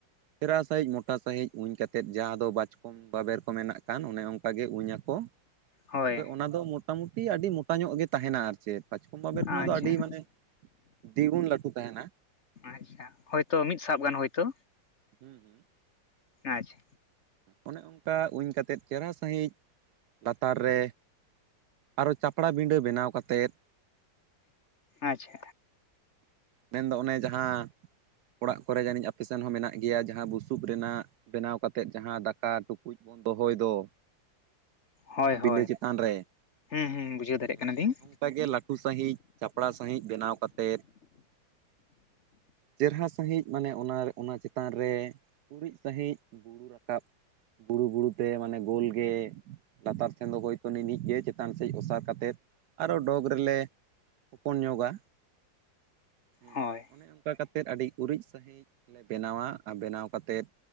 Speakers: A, on the right; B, on the left.
A: ᱪᱮᱨᱦᱟ ᱥᱟᱺᱦᱤᱡ ᱢᱚᱴᱟ ᱥᱟᱺᱦᱤᱡ ᱩᱧ ᱠᱟᱛᱮᱫ ᱡᱟᱦᱟᱸ ᱫᱚ ᱵᱟᱪᱠᱚᱢ ᱵᱟᱵᱮᱨ ᱠᱚ ᱢᱮᱱᱟᱜ ᱠᱟᱱ ᱚᱱᱮ ᱚᱱᱠᱟᱟᱜ ᱜᱮ ᱩᱧ ᱟᱠᱚ
B: ᱦᱳᱭ
A: ᱛᱚᱵᱮ ᱚᱱᱟ ᱫᱚ ᱢᱚᱴᱟᱢᱩᱴᱤ ᱟᱹᱰᱤ ᱢᱚᱴᱟ ᱧᱚᱜ ᱜᱮ ᱛᱟᱦᱮᱱᱟ ᱟᱨᱠᱤ ᱪᱮ ᱵᱟᱸᱪᱠᱚᱢ ᱵᱟᱵᱮᱨ ᱠᱷᱚᱱᱟᱜ
B: ᱟᱪᱪᱷᱟ
A: ᱫᱚ ᱟᱹᱰᱤ ᱢᱟᱱᱮ ᱫᱤᱜᱩᱱ ᱞᱟᱹᱴᱩ ᱛᱟᱦᱮᱱᱟ
B: ᱟᱪᱪᱷᱟ ᱦᱳᱭᱛᱚ ᱢᱤᱫ ᱥᱟᱵ ᱜᱟᱱ ᱦᱳᱭᱛᱚ
A: ᱦᱩᱸ ᱦᱩᱸ
B: ᱟᱪᱪᱷᱟ
A: ᱚᱱᱮ ᱚᱱᱠᱟ ᱩᱧ ᱠᱟᱛᱮᱫ ᱪᱮᱨᱦᱟ ᱥᱟᱺᱦᱤᱡ ᱞᱟᱛᱟᱨ ᱨᱮ ᱟᱨᱚ ᱪᱟᱯᱲᱟ ᱵᱤᱸᱰᱟᱹ ᱵᱮᱱᱟᱣ ᱠᱟᱛᱮᱫ
B: ᱟᱪᱪᱷᱟ
A: ᱢᱮᱱᱫᱚ ᱚᱱᱮ ᱡᱟᱦᱟᱸ ᱚᱲᱟᱜ ᱠᱚᱨᱮ ᱡᱟᱹᱱᱤᱡ ᱟᱯᱮ ᱥᱮᱫ ᱦᱚᱸ ᱢᱮᱱᱟᱜ ᱜᱮᱭᱟ ᱡᱟᱦᱟᱸ ᱵᱩᱥᱩᱵ ᱨᱮᱱᱟᱜ ᱵᱮᱱᱟᱣ ᱠᱟᱛᱮᱫ ᱡᱟᱦᱟᱸ ᱫᱟᱠᱟ ᱴᱩᱠᱩᱡ ᱵᱚᱱ ᱫᱚᱦᱚᱭ ᱫᱚ
B: ᱦᱳᱭ
A: ᱵᱤᱸᱰᱟᱹ
B: ᱦᱳᱭ
A: ᱪᱮᱛᱟᱱ ᱨᱮ
B: ᱦᱩᱸ ᱦᱩᱸ ᱵᱩᱡᱷᱟᱹᱣ ᱫᱟᱲᱮᱭᱟᱜ
A: ᱦᱮᱸ
B: ᱠᱟᱱᱟᱞᱤᱧ
A: ᱚᱱᱮ ᱚᱱᱠᱟᱜᱮ ᱞᱟᱹᱴᱩ ᱥᱟᱺᱦᱤᱡ ᱪᱟᱯᱲᱟ ᱥᱟᱺᱦᱤᱡ ᱵᱮᱱᱟᱣ ᱠᱟᱛᱮᱫ ᱪᱮᱨᱦᱟ ᱥᱟᱺᱦᱤᱡ ᱢᱟᱱᱮ ᱚᱱᱟ ᱚᱱᱟ ᱪᱮᱛᱟᱱ ᱨᱮ ᱩᱨᱤᱡ ᱥᱟᱺᱦᱤᱡ ᱵᱩᱬᱩ ᱨᱟᱠᱟᱵ ᱵᱩᱬᱩ ᱵᱩᱬᱩ ᱛᱮ ᱢᱟᱱᱮ ᱜᱳᱞ ᱜᱮ ᱞᱟᱛᱟᱨ ᱥᱮᱱ ᱫᱚ ᱦᱚᱭᱛᱚ ᱱᱤᱱᱦᱤᱡ ᱜᱮ ᱪᱮᱛᱟᱱ ᱥᱮᱫ ᱚᱥᱟᱨ ᱠᱟᱛᱮᱫ ᱟᱨᱚ ᱰᱚᱜᱽ ᱨᱮᱞᱮ ᱦᱚᱯᱚᱱ ᱧᱚᱜᱟ ᱦᱮᱸ
B: ᱦᱳᱭ
A: ᱚᱱᱮ ᱚᱱᱠᱟᱛᱮᱫ <unintelligible> ᱠᱟᱛᱮᱫ <unintelligible> ᱟᱹᱰᱤ ᱩᱨᱤᱡ ᱥᱟᱺᱦᱤᱡ ᱞᱮ ᱵᱮᱱᱟᱣᱟ ᱟᱨ ᱵᱮᱱᱟᱣ ᱠᱟᱛᱮᱫ